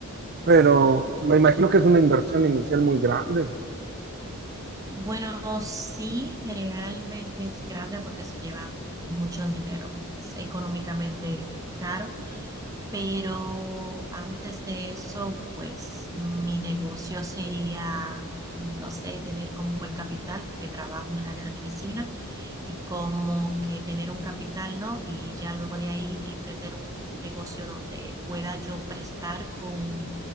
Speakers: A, on the right; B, on the right.
A: Pero
B: Sí.
A: me imagino que es una inversión inicial muy grande.
B: Bueno, sí, realmente es grande porque se lleva mucho dinero. Es económicamente caro. Pero antes de eso, pues mi negocio sería, no sé, tener como un buen capital, porque trabajo en el área de medicina, y como que tener un capital, ¿no? Y ya luego de ahí emprender un negocio donde pueda yo prestar con